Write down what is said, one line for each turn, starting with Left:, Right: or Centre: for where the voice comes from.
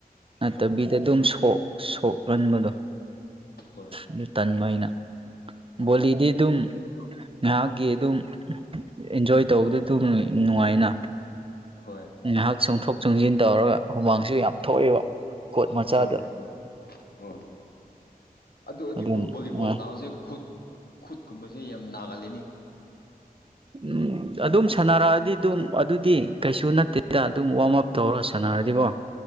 Right: ꯅꯠꯇꯕꯤꯗ
Left: ꯑꯥ
Right: ꯑꯗꯨꯝ ꯁꯣꯛ ꯁꯣꯛꯍꯟꯕꯗꯣ
Left: ꯍꯣꯏ
Right: ꯑꯗꯨ ꯇꯟꯕ ꯑꯩꯅ
Left: ꯍꯣꯏ
Right: ꯕꯣꯂꯤꯗꯤ ꯑꯗꯨꯝ ꯉꯥꯏꯍꯥꯛꯀꯤ ꯑꯗꯨꯝ ꯑꯦꯟꯖꯣꯏ ꯇꯧꯕꯗꯣ ꯑꯗꯨꯝ ꯅꯨꯡꯉꯥꯏꯅ
Left: ꯍꯣꯏ
Right: ꯉꯥꯏꯍꯥꯛ ꯆꯣꯡꯊꯣꯛ ꯆꯣꯡꯁꯤꯟ ꯇꯧꯔꯒ ꯍꯨꯃꯥꯡꯁꯨ ꯌꯥꯝ ꯊꯣꯛꯑꯦꯕ ꯀꯣꯠ ꯃꯆꯥꯗ
Left: ꯍꯣꯏ ꯍꯣꯏ ꯑꯗꯨ ꯑꯩꯗꯤ
Right: ꯑꯗꯨꯝ
Left: ꯕꯣꯂꯤꯕꯣꯜ
Right: ꯅꯨꯡꯉꯥꯏ
Left: ꯁꯅꯥꯎꯕꯁꯦ ꯈꯨꯠ ꯈꯨꯠꯀꯨꯝꯕꯁꯦ ꯌꯥꯝ ꯅꯥꯒꯥꯂꯦꯟꯅꯤ
Right: ꯎꯝ ꯑꯗꯨꯝ ꯁꯥꯟꯅꯔꯛꯑꯗꯤ ꯑꯗꯨꯝ ꯑꯗꯨꯗꯤ ꯀꯩꯁꯨ ꯅꯠꯇꯦꯗ ꯑꯗꯨꯝ ꯋꯥꯔꯝ ꯑꯞ ꯇꯧꯔꯥ ꯁꯥꯟꯅꯔꯗꯤꯕꯣ